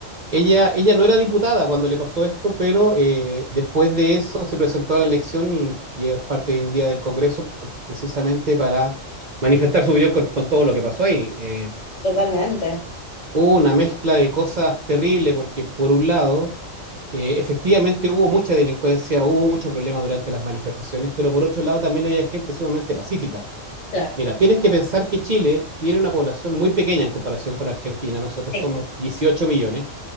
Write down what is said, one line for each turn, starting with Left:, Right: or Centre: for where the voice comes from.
Right: Ella, ella no era diputada cuando le pasó esto, pero eh, después de eso se presentó a la elección y, y es parte hoy en día del Congreso pre- precisamente para manifestar su opinión con, con todo lo que pasó ahí. Eh,
Left: Totalmente.
Right: hubo una mezcla de cosas terribles porque por un lado, eh, efectivamente hubo mucha delincuencia, hubo mucho problema durante las manifestaciones, pero por otro lado también había gente sumamente pacífica.
Left: Claro.
Right: Mira, tienes que pensar que Chile tiene una población muy pequeña en comparación con Argentina, nosotros
Left: Sí.
Right: somos 18 millones